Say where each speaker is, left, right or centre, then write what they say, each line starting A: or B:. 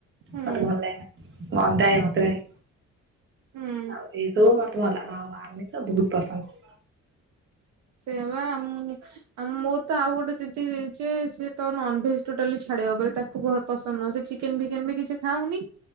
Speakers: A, on the right; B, on the right.
A: ହୁଁ
B: ମତେ ଭଲ ଲାଗେନା ଗନ୍ଧାଏ ମତେ ଭାରି
A: ହୁଁ
B: ଆଉ ଏଇସବୁ ମତ ମନା ଆଉ ଆମିଷ ବହୁତ ପସନ୍ଦ।
A: ସେୟା ବା ଆମ୍ ଆ ମୋ ତ ଆଉ ଗୋଟେ ଦିଦି ଯେ ସେତ ନନଭେଜ ଟୋଟାଲି ଛାଡିବା ଉପରେ। ତାକୁ ପସନ୍ଦ ନୁହଁ ସେ ଚିକ୍ ଚିକେନ୍ ଫିକେନ୍ ବି କିଛି ଖାଉନି,